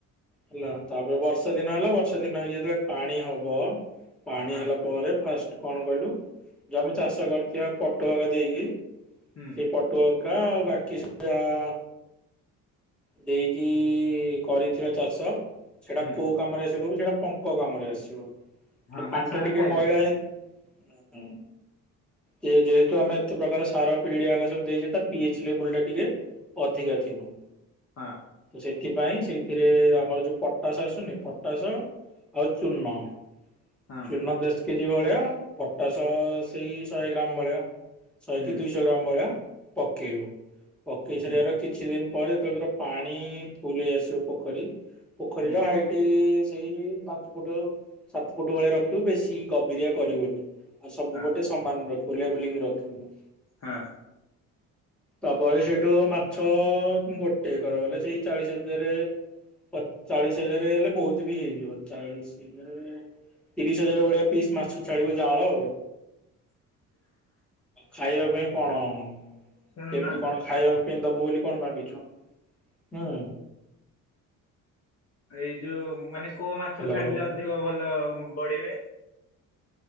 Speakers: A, in the centre; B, on the left.
A: ହେଲା ତାପରେ ବର୍ଷା ଦିନ ହେଲା ବର୍ଷା ଦିନ ହେଇକି ଯେତେବେଳେ ପାଣି ହବ। ପାଣି
B: ହଁ
A: ହେଲା ପରେ ଫାଷ୍ଟ କଣ କହିଲୁ ଯ ଆମେ ଚାଷ କରିଥିବା ପଟୁ ହକା ଦେଇକି
B: ହୁଁ
A: ସେଇ ପଟୁ ହକା ଆଉ ବାକି ସବ ଯାହା ଦେଇକି କରିଥିବା ଚାଷ ସେଟା
B: ହୁଁ
A: କୋଉ କାମରେ ଏସବୁ ସେଟା ପ ପୋକ କାମରେ ଆସିବ
B: ହଁ
A: ହେ
B: ମାଛ
A: ପାଣି
B: ମାନେ
A: ଟା ଟିକେ
B: ଖାଇବେ
A: ମଇଳା ହେଇ ଯେ ଯେହେତୁ ଆମେ ଏତେ ପ୍ରକାର ସାର ପିଢିଆ ହାକା ସବୁ ଦେଖିଚି ତ ପିଏଚ୍ ଲେବୁଲ ଟା ଟିକେ ଅଧିକା ଥିବ।
B: ହଁ।
A: ସେଥିପାଇଁ ସେଇଥିରେ ଆମର ଯୋଉ ପଟାସ ଆସୁନି ପଟାସ ହଉ ଚୂର୍ଣ୍ଣ
B: ହଁ
A: ଚୂନ ଦଶ କେଜି ଭଳିଆ ପଟାସ ସେଇ ଶହେ ଗ୍ରାମ ଭଳିଆ। ଶହେ
B: ହୁଁ
A: କି ଦୁଇଶହ ଗ୍ରାମ ଭଳିଆ ପକେଇବ ପକେଇ
B: ହୁଁ
A: ସାରିବାର କିଛି ଦିନ ପରେ ଯେତେବେଳେ ତର ପାଣି ଫୁଲ ହେଇ ଆସିବ ପୋଖରୀ, ପୋଖରୀର
B: ହୁଁ
A: ହାଇଟ ଏ ସେଇ ପାଞ୍ଚ ଫୁଟ ସାତ ଫୁଟ ଭଳିଆ ରଖିବୁ ବେଶୀ ଗଭୀରିଆ କରିବୁନି। ଆଉ ସବୁ
B: ହଁ
A: ଗୋଟେ ସମାନ ରଖିବୁ ଲେବଲିଙ୍ଗ ରଖିବୁ।
B: ହାଁ।
A: ତା ବୟସେ ଟୋ ମାଛ ଗୋଟେ କର ଗଲେ ସେଇ ଚାଳିଶ ହଜାରେ ପଚ ଚାଳିଶ ହଜାର ହେଲେ ବହୁତ ବି ହେଇଯିବ ଚାଳିଶ ହଜାର ତିରିଶ ହଜାର ଭଳିଆ ପିସ୍ ମାଛ ଛାଡିବୁ ଜାଅଳ।
B: ହ
A: ଖାଇବା ପାଇଁ କଣ-ଅ-ଅ
B: ଶୁଣୁନ
A: କେମିତି କଣ ଖାଇବା ପାଇଁ ଦବୁ ବୋଲି କଣ ଭାବିଛୁ ହୁଁ
B: ଏଇ ଯୋଉ ମାନେ କୋଉ ମାଛ
A: ହ୍ୟାଲୋ।
B: ଛାଡିଲେ ଅଧିକ ଭଲ ବଢିବେ?